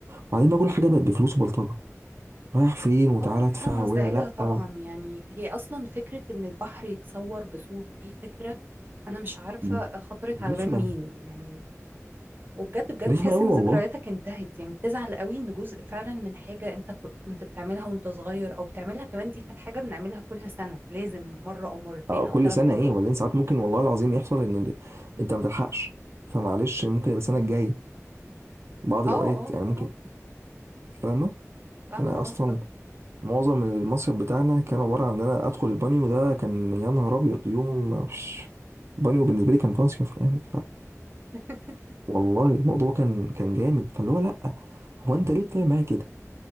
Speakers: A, on the right; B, on the right.
A: وبعدين بقى كل حاجه بقت بفلوس وبلطجه رايح فين وتعالى
B: اه حاجة
A: ادفع
B: مزعجة
A: ويا لا
B: طبعا
A: و...
B: يعني هي أصلا فكرة إن البحر يتصور بصور دي فكرة أنا مش عارفة
A: م-
B: خطرت على
A: رخمه
B: بال مين يعني وبجد بجد بتحس
A: رخمه قوي
B: ان ذكرياتك
A: والله
B: انتهت يعني بتزعل قوي ان جزء فعلا من حاجة انت ك- كنت بتعملها وانت صغير او بتعملها كمان دي كانت حاجة بنعملها كل سنة لازم مرة او مرتين
A: آه،
B: او
A: كل
B: ثلاث
A: سنه
B: مرات
A: ايه وبعدين ساعات ممكن والله العظيم يحصل ان ال- انت ما تلحقش فمعلش ممكن يبقى السنه الجايه بعض
B: اه
A: الاوقات
B: اه
A: يعني ممكن
B: اه
A: فاهمه
B: فاهمة
A: انا
B: قصدك
A: اصلا معظم المصيف بتاعنا كان عباره عن ان انا ادخل البانيو ده كان يا نهار ابيض يوم مش بانيو بالنسبه لي كان مصيف يعني
B: <laughs>
A: والله الموضوع كان كان جامد فاللي هو لا هو انت ليه بتعمل معايا كده